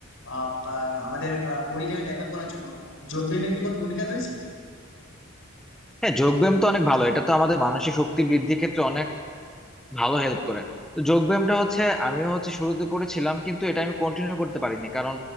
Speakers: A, on the left; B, in the centre.
A: আহ, আহ, আমাদের বডিটাকে ডেভেলপ করার জন্য যোগ ব্যায়ামের কি কোনো ভূমিকা রয়েছে
B: হ্যাঁ যোগ ব্যায়াম তো অনেক ভালো এটা তো আমাদের মানসিক শক্তি বৃদ্ধির ক্ষেত্রে অনেক ভালো হেল্প করে তো যোগ ব্যায়ামটা হচ্ছে আমিও হচ্ছে শুরুতে করেছিলাম কিন্তু এটা আমি কন্টিনিউ করতে পারিনি কারণ